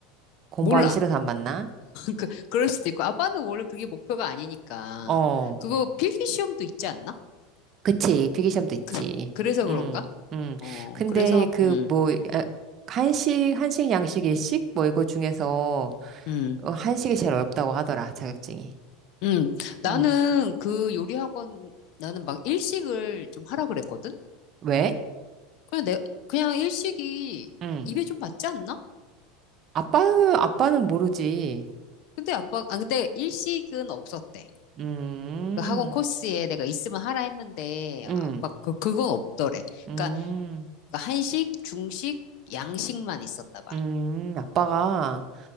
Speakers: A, on the right (about 45°); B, on the left (about 60°).
A: 공부하기
B: 몰라.
A: 싫어서 안 봤나?
B: 그, 그럴 수도 있고, 아빠는 원래 그게 목표가 아니니까.
A: 어,
B: 그거 필기 시험도 있지 않나?
A: 그치. 필기시험도 있지.
B: 그, 그래서
A: 응,
B: 그런가?
A: 응.
B: 어,
A: 근데
B: 그래서,
A: 그
B: 음,
A: 뭐, 아, 한식, 한식, 양식, 일식? 뭐 이거 중에서
B: 음,
A: 어, 한식이 제일 어렵다고 하더라, 자격증이.
B: 음. 나는
A: 응.
B: 그 요리 학원, 나는 막 일식을 좀 하라 그랬거든?
A: 왜?
B: 그냥 내, 그냥 일식이
A: 응.
B: 입에 좀 맞지 않나?
A: 아빠, 아빠는 모르지.
B: 근데 아빠, 아, 근데 일식은 없었대.
A: 음,
B: 그 학원 코스에 내가 있으면 하라 했는데,
A: 음,
B: 아빠, 그, 그건 없더래.
A: 음,
B: 그러니까 한식, 중식, 양식만 있었나 봐.
A: 음, 아빠가